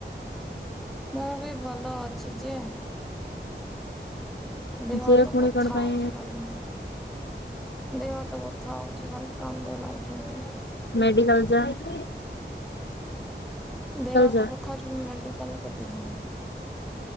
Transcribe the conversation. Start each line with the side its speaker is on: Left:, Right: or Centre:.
Centre: ମୁଁ ବି ଭଲ ଅଛି ଯେ ଦେହ ହାତ
Left: ଯେ ପୁଣି
Centre: ବଥା
Left: କଣ ପାଇଁ
Centre: ହୋଉଚି କାଲି। ଦେଅ ହାତ ବଥା ହଉଚି ଖାଲି କାନ୍ଦ ଲାଗୁଛି ମୋତେ।
Left: ମେଡ଼ିକାଲ୍ ଯାଅନି।
Centre: ଦେହ ହାତ
Left: ଯା
Centre: ବଥା ହଉଚି ପୁଣି ମେଡିକାଲ୍ କେତେ ଯିବି।